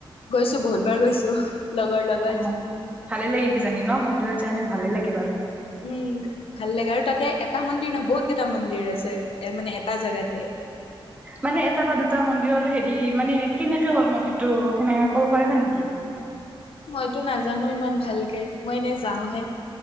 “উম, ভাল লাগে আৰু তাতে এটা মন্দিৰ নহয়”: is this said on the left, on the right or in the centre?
Left